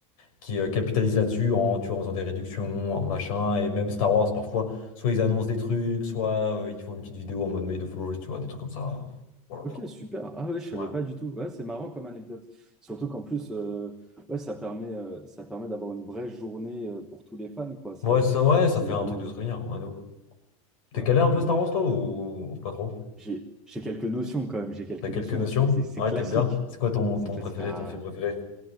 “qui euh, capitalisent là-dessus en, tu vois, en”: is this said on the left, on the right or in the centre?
Left